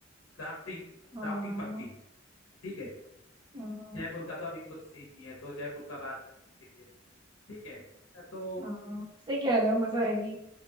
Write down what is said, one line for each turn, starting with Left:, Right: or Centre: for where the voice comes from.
Left: राफ्टिंग
Right: हाँ
Left: राफ्टिंग पक्की ठीक है
Right: हाँ
Left: जयपुर का तो अभी कुछ सीन नहीं है तो जयपुर का बाद में सोचेंगे ठीक है तो
Right: हाँ सही कह रहे हो मजा आएगी